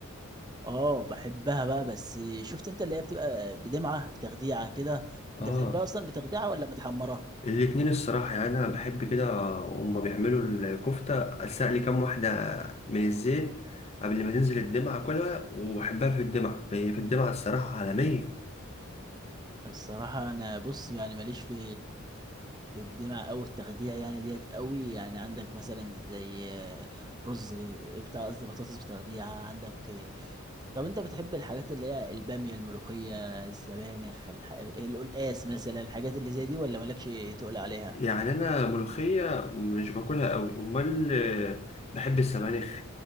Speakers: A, on the right; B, on the left.
A: اه بحبها بقى بس شفت انت اللي هي بتبقى بدمعة تخديعة كده
B: اه
A: انت بتحبها اصلا بتخديعة ولا متحمرة
B: الاتنين الصراحة يعني انا بحب كده هما بيعملوا الكفتة استقلي كام واحدة من الزيت قبل ما تنزل الدمعة كلها وبحبها في الدمعة هي في الدمعة الصراحة عالمية
A: الصراحة أنا بص يعني ماليش في في الدمع أو التخديع يعني ديت قوي يعني عندك مثلا زي آه، رز ب- بتاع قصدي بطاطس بتخديع عندك آه، طب أنت بتحب الحاجات اللي هي البامية الملوخية السبانخ الح... القلقاس مثلا الحاجات اللي زي دي ولا مالكش تقول عليها؟
B: يعني انا ملوخيه مش باكلها قوي امال آه، بحب السبانخ